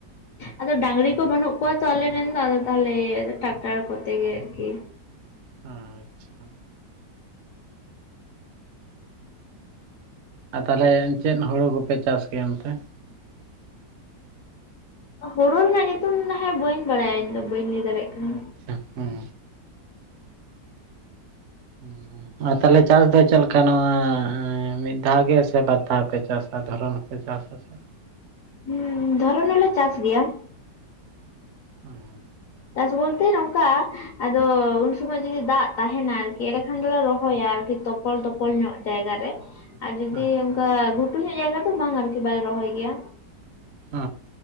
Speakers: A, on the left; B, on the right.
A: ᱟᱫᱚ ᱰᱟᱹᱝᱨᱤ ᱠᱚ ᱵᱟᱹᱱᱩᱜ ᱠᱚ ᱛᱚ ᱟᱞᱮ ᱨᱮᱱ ᱫᱚ ᱟᱫᱚ ᱛᱟᱦᱚᱞᱮ ᱴᱨᱟᱠᱴᱟᱨ ᱠᱚᱛᱮ ᱜᱮ ᱟᱨᱠᱤ
B: ᱦᱩᱸᱦᱩᱸ ᱟᱨ ᱛᱟᱦᱞᱮ ᱪᱮᱫ ᱦᱩᱲᱩ ᱠᱚᱯᱮ ᱪᱟᱥ ᱠᱮᱭᱟ ᱚᱱᱛᱮ
A: ᱦᱳᱲᱳ ᱨᱮᱱᱟᱜ ᱧᱩᱛᱩᱢ ᱦᱮᱸ ᱵᱟᱹᱧ ᱵᱟᱲᱟᱭᱟ ᱤᱧᱫᱚ ᱵᱟᱹᱧ ᱞᱟᱹᱭ ᱫᱟᱲᱮᱭᱟᱜ ᱠᱟᱱᱟ
B: ᱟᱪᱪᱷᱟ ᱦᱩᱸ <inaudible> ᱟᱨ ᱛᱟᱦᱞᱮ ᱪᱟᱥ ᱫᱚ ᱪᱮᱫ ᱞᱮᱠᱟ ᱱᱚᱣᱟ ᱢᱤᱫ ᱫᱷᱟᱣ ᱜᱮ ᱥᱮ ᱵᱟᱨ ᱫᱷᱟᱣ ᱯᱮ ᱪᱟᱥᱟ ᱫᱷᱚᱨᱚᱱ ᱦᱚᱸᱯᱮ ᱪᱟᱥᱟ? <inaudible>
A: ᱦᱩᱸ ᱫᱷᱚᱨᱚᱱ ᱦᱚᱸᱞᱮ ᱪᱟᱥ ᱜᱮᱭᱟ
B: ᱦᱮᱸ
A: ᱪᱟᱥ ᱵᱚᱞᱛᱮ ᱱᱚᱝᱠᱟ ᱟᱫᱚ ᱩᱱ ᱥᱚᱢᱚᱭ ᱡᱩᱫᱤ ᱫᱟᱜ ᱛᱟᱦᱮᱸᱱᱟ ᱟᱨᱠᱤ ᱮᱸᱰᱮ ᱠᱷᱟᱱ ᱫᱚᱞᱮ ᱨᱚᱦᱚᱭᱟ ᱟᱨᱠᱤ ᱛᱚᱯᱚᱞ ᱛᱚᱯᱚᱞ ᱧᱚᱜ ᱡᱟᱭᱜᱟ ᱨᱮ ᱟᱨ ᱡᱩᱫᱤ
B: ᱟᱪᱪᱷᱟ
A: ᱚᱱᱠᱟ ᱜᱷᱩᱴᱩ ᱧᱚᱜ ᱡᱟᱭᱜᱟ ᱫᱚ ᱵᱟᱝ ᱟᱨᱠᱤ ᱵᱟᱞᱮ ᱨᱚᱦᱚᱭ ᱜᱮᱭᱟ
B: ᱚ